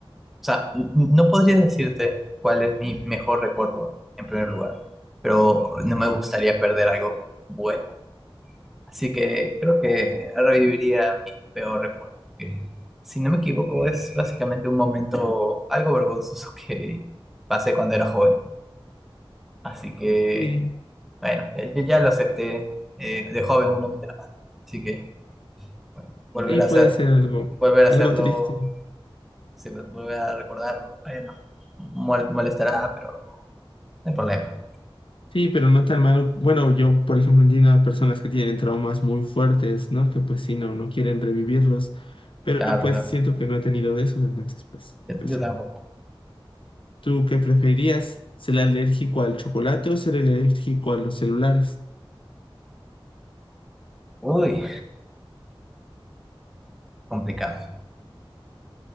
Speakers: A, in the centre; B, on the left.
A: sea, n- n- no podría decirte cuál es mi mejor recuerdo, en primer lugar, pero no me gustaría perder algo bueno. Así que creo que reviviría mi peor recuerdo. que, si no me equivoco, es básicamente un momento algo vergonzoso que pasé cuando era joven. Así que,
B: Sí,
A: bueno, eh, yo ya lo acepté. eh, de joven uno mete la mano. Así que, bueno, volver
B: sí,
A: a
B: puede
A: hacer,
B: ser algo,
A: volver a
B: algo
A: hacerlo,
B: triste.
A: sí, pues, volver a recordarlo, bueno, mol- molestará, pero no hay problema.
B: Sí, pero no tan malo. Bueno, yo, por ejemplo, entiendo a personas que tienen traumas muy fuertes, ¿no? Que pues sí, no, no quieren revivirlos. Pero
A: Claro,
B: pues
A: claro.
B: siento que no he tenido de esos, entonces pues,
A: Yo,
B: pues
A: yo
B: ya.
A: tampoco.
B: ¿Tú qué preferirías? ¿Ser alérgico al chocolate o ser alérgico a los celulares?
A: Uy, complicado.